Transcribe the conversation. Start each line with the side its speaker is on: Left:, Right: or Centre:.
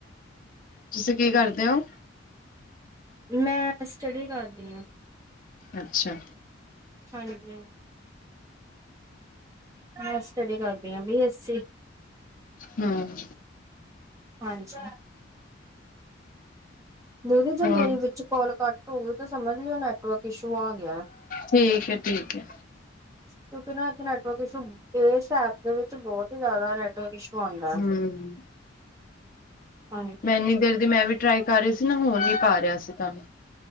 Left: ਤੁਸੀਂ ਕੀ ਕਰਦੇ ਹੋ।
Right: ਮੈਂ ਤੇ ਸਟੱਡੀ ਕਰਦੀ ਆਂ।
Left: ਅੱਛਾ।
Right: ਹਾਂਜੀ। ਮੈਂ ਸਟਡੀ ਕਰਦੀ ਆਂ ਬੀ ਐੱਸ ਸੀ।
Left: ਹ ਮ।
Right: ਹਾਂਜੀ। ਦਿਦੀ ਜੇ
Left: ਹੋਰ
Right: ਮੇਰੀ ਵਿੱਚ ਕਾਲ ਕੱਟ ਹੋ ਗਈ ਤਾਂ ਸਮਝ ਲਿਓ ਨੈਟਵਰਕ ਇਸ਼ੂ ਆ ਗਿਆ ਹੈ।
Left: ਠੀਕ ਏ-ਠੀਕ ਏ।
Right: ਕਿਉਂਕਿ ਨਾ ਇੱਥੇ ਨੈਟਵਰਕ ਇਸ਼ੂ ਇਸ ਐਪ ਦੇ ਵਿੱਚ ਬਹੁਤ ਹੀ ਜ਼ਿਆਦਾ ਨੈਟਵਰਕ ਇਸ਼ੂ ਆਉਂਦਾ ਹੈ।
Left: ਹਮ,
Right: ਹਾਂਜੀ
Left: ਮੈਂ ਏਨੀ ਦੇਰ ਦੀ ਮੈਂ ਵੀ ਟਰਾਈ ਕਰ ਰਹੀ ਸੀ ਨਾ ਹੋ ਨੀ ਪਾ ਰਿਹਾ ਸੀ ਤੁਹਾਨੂੰ।